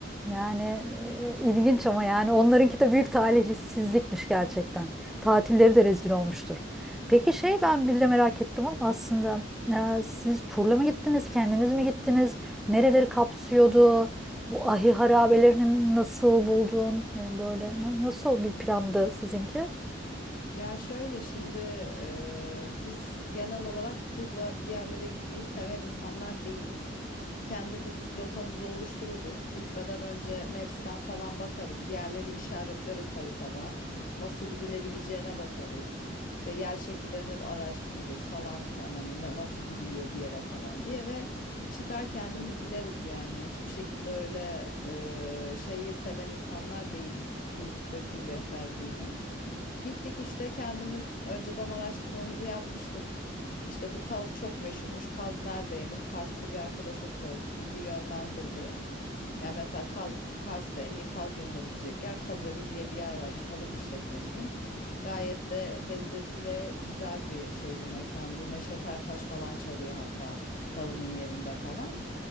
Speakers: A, in the centre; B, on the left.
A: Yani e, ilginç ama yani onlarınki de büyük talihsizlikmiş gerçekten. Tatilleri de rezil olmuştur. Peki şey ben bir de merak ettim ama aslında e, siz turla mı gittiniz, kendiniz mi gittiniz? Nereleri kapsıyordu? Bu ahi harabelerini nasıl buldun? E, böyle nasıl bir plandı sizinki?
B: Ya şöyle şimdi e, biz genel olarak turla bir yerlere gitmeyi seven insanlar değiliz. Kendimiz rotamızı oluştururuz. Gitmeden önce Maps'ten falan bakarız. Yerleri işaretleriz haritada. Nasıl gidilebileceğine bakarız. İşte yer şekillerini araştırırız falan filan. Hani ne- nasıl gidiliyor bir yere falan diye ve çıkar kendimiz gideriz yani. Hiçbir şekilde öyle e, şeyi seven insanlar değiliz tur ve tur rehberliğini. Gittik işte kendimiz önceden araştırmamızı yapmıştık. İşte bu Kaz çok meşhurmuş. Kaz nerede yenir? Kars'ta bir arkadaşa sorduk. Bizi yönlendirdi. Yani mesela Kaz, Kars'ta en iyi kaz yenilebilecek yer Kaz diye bir yer var bir kadın işletmecinin. Gayet de lezzetli ve güzel bir şeydi mekandı. Neşet Ertaş falan çalıyor hatta kadının yerinde falan.